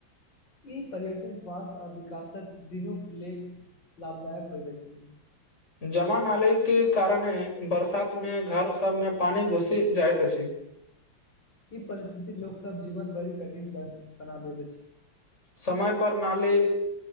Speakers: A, on the left; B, on the left.
A: ई पर्यटन स्वास्थ्य आ विकासक दिनुक लेल लाभदायक होइत अछि <unintelligible>
B: जमा नालीकके कारणे बरसातमे घर सबमे पानि घुसि जाइत अछि
A: ई परिस्थिति लोकोग सब जीवन भरि कठिन बन बना देैत अछि
B: समयपर नाली